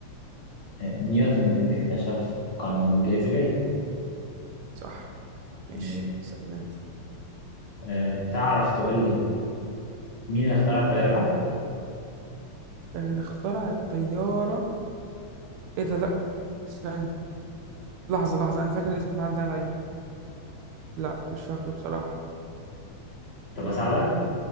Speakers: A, on the left; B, on the right.
A: آه، نيوتن اللي اكتشف قانون الجاذبيه
B: صح ماشي
A: ماشي
B: اسأل انت
A: آه تعرف تقول لي مين اللي اخترع الطياره
B: اللي اخترع الطيارة ايه ده لأ ثانية لحظة لحظة أنا فاكر الاسم اتعدى عليا لأ مش فاكره بصراحة
A: طب بساعدك